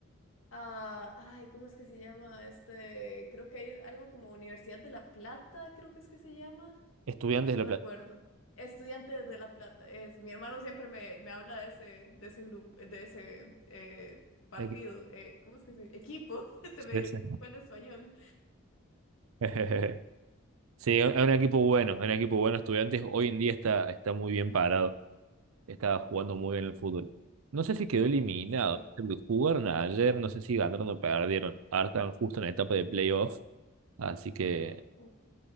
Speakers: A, on the left (about 75°); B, on the right (about 85°).
A: Ah, ay, ¿cómo es que se llama? Este, creo que hay algo como Universidad de La Plata, creo que es que se llama.
B: Estudiantes
A: No
B: de La
A: recuerdo.
B: Plata.
A: Estudiantes de La Plata, es. Mi hermano siempre me, me habla de ese, de ese grupo, de ese eh, partido.
B: Equi-
A: eh, ¿cómo es que se? Equipo, <laughs> se
B: Sí,
A: me
B: sí.
A: fue el español.
B: <laughs> Sí, es un equipo bueno, es un equipo bueno, Estudiantes hoy en día está, está muy bien parado. estaba jugando muy bien el fútbol. No sé si quedó eliminado,
A: Sí.
B: porque jugaron ayer, no sé si ganaron o perdieron. Ahora están justo en la etapa de playoff, así que
A: Ok.